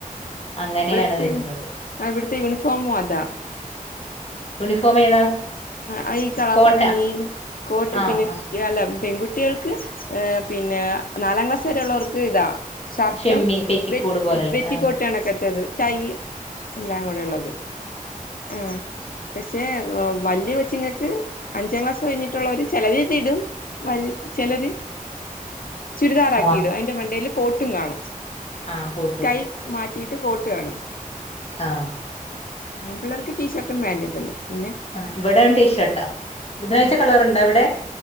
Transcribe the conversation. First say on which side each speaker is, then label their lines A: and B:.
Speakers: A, on the left; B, on the left.
A: അങ്ങനെയാണ്
B: ഇവിടുത്തെ
A: വരുന്നത്
B: ആ ഇവിടുത്തെ യൂണിഫോമും അതാ
A: യൂണിഫോം ഏതാ
B: ആ ഈ കള
A: കോട്ടാ
B: പറഞ്ഞ നീല് കോട്ട്
A: ആഹ്
B: പിന്നെ
A: ആഹ്
B: അല്ല പെൺകുട്ടി കുട്ടികൾക്ക് ഏഹ് പിന്നെ നാലാം ക്ലാസ് വേറെയുള്ളവർക് ഇതാ ഷർട്ടും
A: ഷെമ്മി പെറ്റിക്കോട്
B: ബെ
A: പോലെള്ള
B: ബെറ്റി
A: ആഹ്
B: കോട്ടുകണക്കാതെത് ടൈയ് എല്ലാം കൂടെ ഉള്ളത് ആഹ് മിസ്സേ പോം വലിയ കൊച്ചിങ്ങൾക്ക് അഞ്ചാം ക്ലാസ് കഴിഞ്ഞിട്ടുള്ളവര് ചിലര് ഇത് ഇടും വലി ചിലര് ചുരിദാർ ആക്കി
A: ആഹ്
B: ഇടും അതിന്റെ മണ്ടയില് കോട്ടും കാണും
A: ആഹ് കോട്ടും
B: കൈ മാറ്റി ട്ട് കോട്ട് കാണും
A: ആഹ്
B: ആൺപിള്ളാർക്ക് ടീഷർട്ടും പാന്റും തന്നെ
A: ആഹ് ഇവിടെ ടീഷർട്ടാ ബുധനാഴ്ച
B: ഉം
A: കളറുണ്ടോ അവിടെ